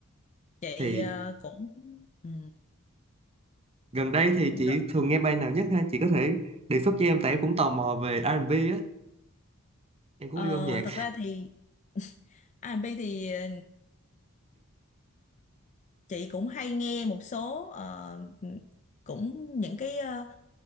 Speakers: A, on the left; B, on the right.
A: chị
B: thì
A: ờ, cũng ừ.
B: gần đây thì
A: Rồi.
B: chị thường nghe bài nào nhất ha chị có thể đề xuất cho em tại em cũng tò mò về R&B á em
A: Ờ,
B: cũng yêu âm nhạc
A: thật ra thì <laughs> À, Bi thì ờ, chị cũng hay nghe một số ờ, ừ, cũng những cái ờ,